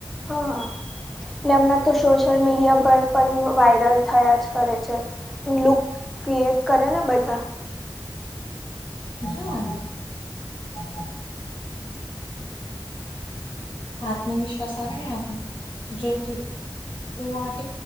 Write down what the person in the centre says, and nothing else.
હા હ ને એમના તો સોશિયલ મીડિયા પર પણ વાયરલ થયા જ કરે છે લૂક ક્રિએટ કર ને બધા-